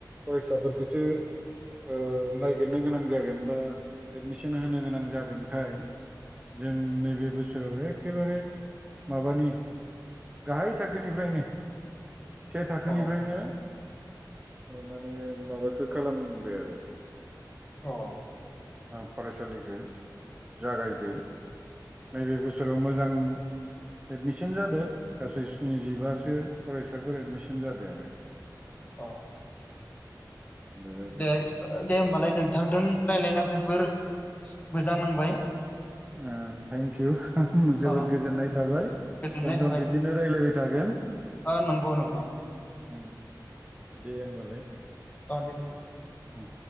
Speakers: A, on the right (about 20°); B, on the left (about 20°).
A: फरायसाफोरखौसो ओ नायागिरनो गोनां जागोन बा एडमिसन होनो गोनां जागोनखाय जों नैबे बोसोराव एखेबारे माबानि गाहाय थाखोनिफ्रायनो से थाखोनिफ्रायनो
B: औ
A: ओ माने माबाखौ खालामदो आरो
B: अ
A: ओ फरायसालिखौ जागायदो नैबे बोसोराव मोजां एडमिसन जादों गासै स्निजिबासो फरायसाफोर एदमिसन जादों आरो
B: औ
A: बेबायदि
B: दे दे होमबालाय नोंथांजों रायलायना जोबोर मोजां नांबाय
A: ओ थेंकि इउ जोबोद
B: अ
A: गोजोननाय थाबाय
B: गोजोननाय
A: सम
B: थाबाय
A: सम बिदिनो <unintelligible> रायलायबाय थागोन
B: ओ नंगौ नंगौ
A: ओम दे होमबालाय
B: आ दे <unintelligible>
A: उम